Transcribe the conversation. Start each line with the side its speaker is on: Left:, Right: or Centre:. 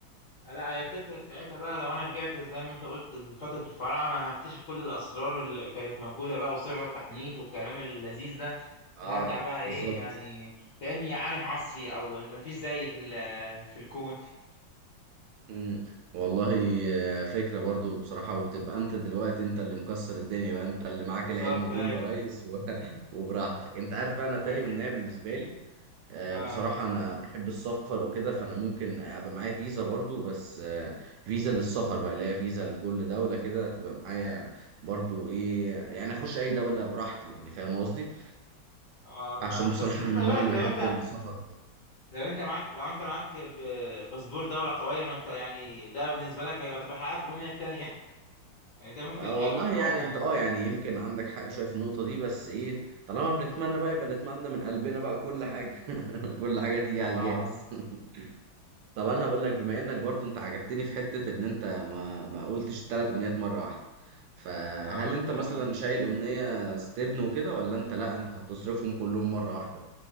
Left: لا هي فكرة ساعتها بقى لو أنا رجعت زي ما أنت قلت لفترة الفراعنة أنا هكتشف كل الأسرار اللي كانت موجودة بقى وسر التحنيط والكلام اللذيذ ده
Right: اه
Left: فهرجع بقى إيه
Right: بالظبط
Left: يعني كأني عالم عصري أو مفيش زيي في ال- في الكون <laughs>
Right: امم والله آه، فكرة برضو بصراحة وبتبقى انت دلوقتي انت اللي مكسر الدنيا بقى انت اللي معاك
Left: بالظبط
Right: العلم كله
Left: أيوة.
Right: يا ريس و... <laughs> وبراحتك انت عارف بقى انا تاني
Left: انت
Right: امنية بالنسبة لي آه،
Left: اه
Right: بصراحة انا بحب السفر وكده فانا ممكن ابقى معايا فيزا برضو بس آه، فيزا للسفر بقى اللي هي فيزا لكل دولة كده تبقى معايا برضو ايه يعني اخش اي دولة براحتي يعني فاهم قصدي
Left: اه فاهمك
Right: عشان بصراحة
Left: بس شوف
Right: انا من
Left: خلي
Right: النوع
Left: بالك
Right: اللي
Left: لو
Right: بحب
Left: انت
Right: السفر
Left: لو انت معاك لو انت معاك ب- باسبور دولة قوية ما انت يعني ده بالنسبة لك هيبقى تبقى حققت الأمنية التانية <laughs> يعني ده ممكن
Right: آه،
Left: يتحقق
Right: والله
Left: في الواقع
Right: يعني انت
Left: يعني
Right: اه يعني يمكن عندك حق شويه في النقطه دي بس ايه طالما بنتمنى بقى يبقى نتمنى من قلبنا بقى كل حاجه <laughs> كل حاجه تيجي
Left: اه
Right: على الجاهز <laughs> طب انا هقول لك بما انك برضو انت عجبتني في حته ان انت ما ما قلتش الثلاث امنيات مره واحده فهل
Left: اه
Right: انت
Left: تمام
Right: مثلا شايل امنيه ستبن وكده ولا انت لا انت هتصرفهم كلهم مره واحده